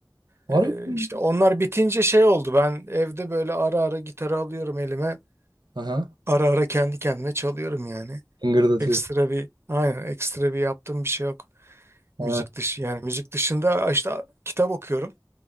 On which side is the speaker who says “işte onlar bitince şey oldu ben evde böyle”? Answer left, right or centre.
Right